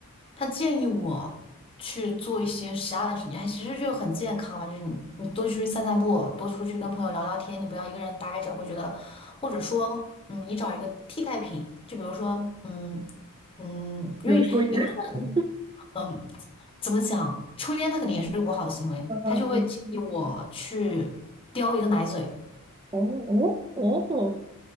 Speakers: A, on the left; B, on the right.
A: 他建议我去做一些其他的事情，还其实就很健康嘛，就是你你多出去散散步，多出去跟朋友聊聊天，你不要一个人待着，会觉得，或者说，嗯，你找一个替代品，就比如说，嗯嗯，因为有的人。
B: 比如抽烟。<laughs>
A: 嗯，怎么讲？抽烟他肯定也是个不好的行为，
B: 嗯
A: 他就会建议我去叼一个奶嘴，
B: 哦哦哦